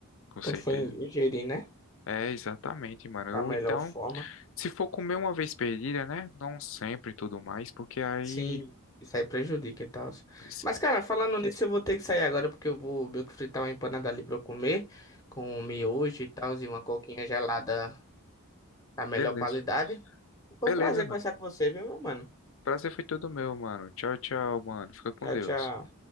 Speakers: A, on the left; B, on the left.
A: Com
B: Quando
A: certeza.
B: foi ingerir, né?
A: É, exatamente, mano.
B: Da melhor
A: Ou então,
B: forma.
A: se for comer uma vez perdida, né? Não sempre e tudo mais, porque aí,
B: Sim, isso aí prejudica e tal.
A: assim,
B: Mas, cara, falando nisso, eu vou ter que sair agora porque eu vou meio que fritar uma empanada ali pra eu comer, com um miojo e tal, e uma coquinha gelada da melhor
A: beleza.
B: qualidade. Foi
A: Beleza,
B: um prazer
A: mano.
B: conversar com você, viu, meu mano?
A: Prazer foi todo meu, mano. Tchau, tchau, mano. Fica com
B: Tchau,
A: Deus.
B: tchau.